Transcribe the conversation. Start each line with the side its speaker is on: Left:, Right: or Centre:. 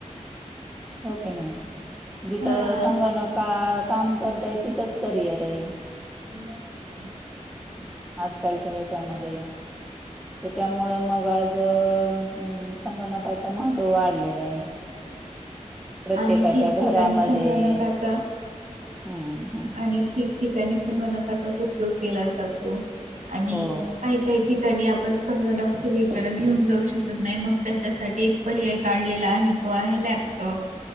Centre: हो किनी. जिथं
Right: हा
Centre: संगणक अ काम करतय तिथंच करिअर हये.
Right: <unintelligible> पहिलं कस असत.
Centre: आजकालच्या ह्याच्यामध्ये त्याच्यामुळं मग आज अ-अ-अ -- अमम, संगणकाचं महत्व वाढलेलं हाय. प्रत्येकाच्या
Right: आणि ठिकठिकाणी
Centre: घरामध्ये.
Right: संगणकाचा
Centre: हम्म-हम्म.
Right: आणि ठिकठिकाणी संगणकाचाच उपयोग केला जातो आणि
Centre: हो
Right: काही -- काही ठिकाणी आपण संगणक सगळीकडें घेऊन जाऊ शकत नाही मग त्याच्यासाठी -- पर्याय काढलेला आहे. तो आहे लॅपटॉप.